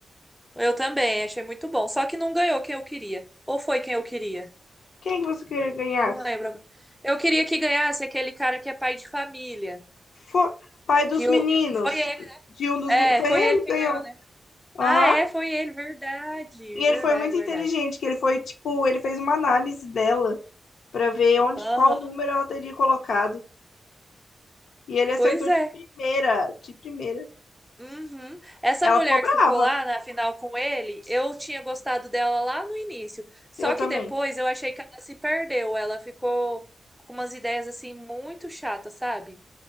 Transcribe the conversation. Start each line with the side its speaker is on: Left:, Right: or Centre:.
Centre: Eu também, achei muito bom. Só que não ganhou quem eu queria. Ou foi quem eu queria?
Left: Quem que você queria ganhar?
Centre: Não lembro. agora. Eu queria que ganhasse aquele cara que é pai de família.
Left: Foi pai dos
Centre: Que eu...
Left: meninos.
Centre: Foi ele.
Left: De um dos
Centre: É,
Left: meninos. Foi
Centre: foi
Left: ele
Centre: ele que
Left: que ganhou.
Centre: ganhou. né?
Left: Aham.
Centre: Ah, é, foi ele. Verdade,
Left: E ele
Centre: verdade,
Left: foi muito
Centre: verdade.
Left: inteligente, que ele foi, tipo, ele fez uma análise dela pra ver onde,
Centre: Aham,
Left: qual número ela teria colocado. E ele acertou
Centre: pois é.
Left: de primeira, de primeira.
Centre: Uhum. Essa
Left: Ela
Centre: mulher
Left: ficou brava.
Centre: que ficou lá na final com ele, eu tinha gostado dela lá no início. Só
Left: Eu também.
Centre: que depois eu achei que ela se perdeu. Ela ficou com umas ideias assim muito chatas, sabe?